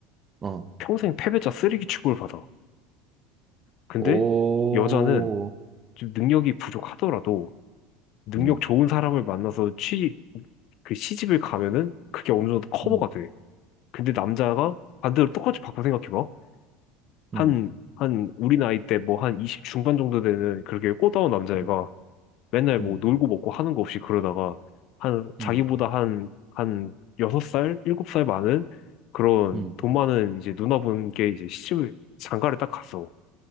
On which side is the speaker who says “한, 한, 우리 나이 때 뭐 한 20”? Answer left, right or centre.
Left